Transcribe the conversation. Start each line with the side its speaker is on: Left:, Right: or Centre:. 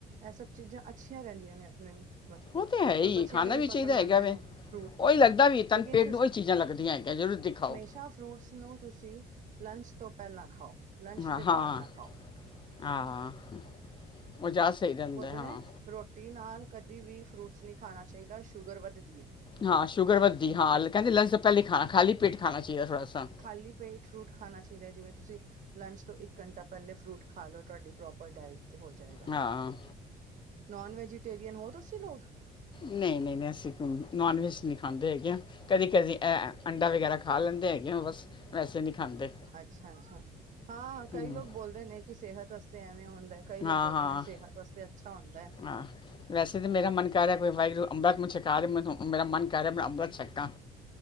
Right: ਐਹ ਸਭ ਚੀਜ਼ਾਂ ਅੱਛੀਆਂ ਰਹਿੰਦੀਆਂ ਨੇ ਆਪਣੇ ਵਾਸਤੇ
Left: ਉਹ ਤਾਂ ਹੈ ਹੀ
Right: ਔਰ ਬੱਚਿਆਂ
Left: ਐ ਖਾਣਾ
Right: ਨੂੰ
Left: ਵੀ ਚਾਹੀਦਾ
Right: ਪਸੰਦ
Left: ਹੈਗਾ
Right: ਆਉਂਦੇ
Left: ਵੈ
Right: ਨੇ ਫਰੂਟ
Left: ਉਹੀ ਲੱਗਦਾ ਵੀ
Right: ਲੇਕਿਨ
Left: ਤਨ ਪੇਟ ਨੂੰ ਉਹੀ ਚੀਜ਼ਾਂ ਲੱਗਦੀਆਂ ਹੈਗੀਆਂ ਜ ਦਿਖਾਓ
Right: ਛਾ ਫਰੂਟਸ ਨੂੰ ਤੁਸੀਂ ਲੰਚ ਤੋਂ ਪਹਿਲਾਂ ਖਾਓ ਲੰਚ
Left: ਹਾਂ
Right: ਦੇ
Left: ਹਾਂ
Right: ਬਾਅਦ ਨਾ ਖਾਓ
Left: ਹਾਂ ਉਹ ਜਾਦ ਸਹੀ ਰਹਿੰਦੇ
Right: ਬੋਲਦੇ
Left: ਹਾਂ
Right: ਨੇ ਰੋਟੀ ਨਾਲ ਕਦੇ ਵੀ ਫਰੂਟਸ ਨਹੀਂ ਖਾਣਾ ਚਾਹੀਦਾ ਸ਼ੂਗਰ ਵੱਧਦੀ ਐ
Left: ਹਾਂ ਸ਼ੂਗਰ ਵੱਧਦੀ ਹਾਂ ਕਹਿੰਦੇ ਲੰਚ ਤੋਂ ਪਹਿਲੇ ਖਾਣਾ ਖਾਲੀ ਪੇਟ ਖਾਣਾ ਚਾਹੀਦਾ ਥੋੜਾ ਸਾ
Right: ਖਾਲੀ ਪੇਟ ਫਰੂਟ ਖਾਣਾ ਚਾਹੀਦਾ ਜਿਵੇਂ ਤੁਸੀਂ ਲੰਚ ਤੋਂ ਇੱਕ ਘੰਟਾ ਪਹਿਲੇ ਫਰੂਟ ਖਾ ਲਓ ਤੁਹਾਡੀ ਪ੍ਰੋਪਰ ਡਾਇਟ ਤੇ ਹੋ ਜਾਏਗਾ
Left: ਹਾਂ
Right: ਨੋਨ ਵੈਜੀਟੇਰੀਅਨ ਹੋ ਤੁਸੀਂ ਲੋਕ
Left: ਨਹੀਂ ਨਹੀਂ ਨਹੀਂ ਅਸੀਂ <unintelligible> ਨੋਨ ਵੈਜ ਨਹੀਂ ਖਾਂਦੇ ਹੈਗੇ ਹਾਂ ਕਦੀ ਕਦੀ ਐ ਅੰਡਾ ਵਗੈਰਾ ਖਾ ਲੈਂਦੇ ਹੈਗੇ ਬਸ ਵੈਸੇ ਨਹੀਂ ਖਾਂਦੇ
Right: ਅੱਛਾ ਅੱਛਾ ਹਾਂ ਕਈ
Left: ਹਮ,
Right: ਲੋਕ ਬੋਲਦੇ ਨੇ ਕਿ ਸਿਹਤ ਵਾਸਤੇ ਐਵੇਂ ਹੁੰਦਾ ਕਈ ਲੋਕ
Left: ਹਾਂ
Right: ਬੋਲਦੇ
Left: ਹਾਂ
Right: ਨੇ ਸਿਹਤ ਵਾਸਤੇ ਵੀ ਅੱਛਾ ਹੁੰਦਾ ਐ
Left: ਹਾਂ ਵੈਸੇ ਤਾਂ ਮੇਰਾ ਮਨ ਕਰ ਰਿਹਾ ਕੋਈ ਵਾਹਿਗੁਰੂ ਅੰਮ੍ਰਿਤ ਮੁ ਛਕਾ ਰਹੇ ਮੈ ਮੇਰਾ ਮਨ ਕਰਹਿ ਰਿਹਾ ਮੈਂ ਅੰਮ੍ਰਿਤ ਛੱਕਾਂ